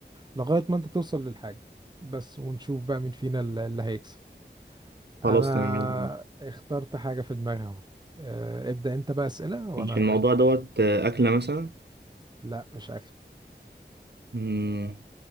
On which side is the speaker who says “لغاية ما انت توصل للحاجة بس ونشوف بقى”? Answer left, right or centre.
Right